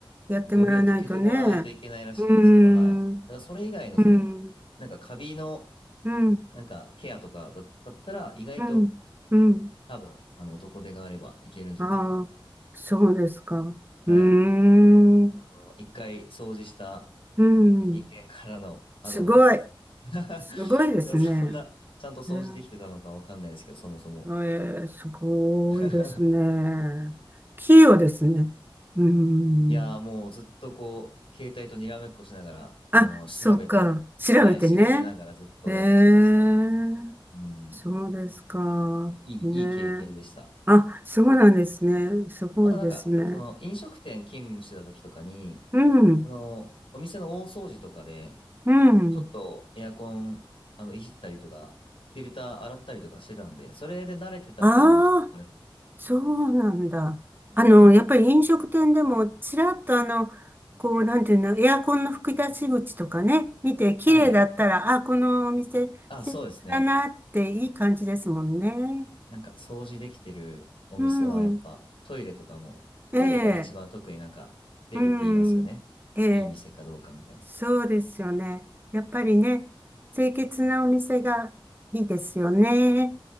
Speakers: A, on the right (about 25°); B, on the left (about 80°).
A: やってもらわないとね。
B: ゴミをどけてもらわないといけないらしいんですけど、
A: うーん、
B: はい。だからそれ以外のその、
A: うん、う
B: なんかカビの、
A: ん、
B: なんかケアとかだだったら、意外と
A: うん、うん。
B: 多分、あの、男手があればいけるんじゃないかなって。
A: ああ、そうですか。
B: はい。
A: うーん、
B: あの、一回掃除した
A: うん。
B: 人間からのアドバイスです。
A: すごい。
B: <laughs>
A: すごいですね。
B: でもそんな、ちゃんと掃除できてたのかわかんないですけど、
A: ええ
B: そもそも。
A: ええ、すごいですね。
B: <laughs>
A: 器用ですね。うん。
B: いやーもうずっとこう、携帯とにらめっこしながら、あの、
A: あ、そうか。
B: 調べて、
A: 調べてね。
B: はい、調べながらずっとやってましたね。
A: ええ、
B: うん。
A: そうですか。
B: いい、
A: ねえ。
B: いい経験でした。
A: あ、そうなんですね。すごいですね。
B: あとなんか、その飲食店勤務してた時とかに、
A: うん、
B: その、お店の大掃除とかで、
A: うん。
B: ちょっとエアコン、あの、いじったりとか、フィルター洗ったりとかしてたんで、それで慣れてたっていうのもちょっとあるんですけど。
A: あそうなんだ。
B: うんうん。
A: あの、やっぱり飲食店でも、ちらっとあの、こう、なんていうの、エアコンの吹き出し口とかね、見て、綺麗だったら、
B: はい。
A: あ、このお店、
B: あ、
A: 素敵だなって、
B: そうですね。
A: いい感じですもんね。
B: なんか掃除できてるお店はやっぱトイレとかも、
A: うん。
B: トイレが一番特になんか出るって言いますよね。
A: ええ、うん。ええ、
B: いい店かどうかみたいな。
A: そうですよね。やっぱりね、清潔なお店がいいですよね。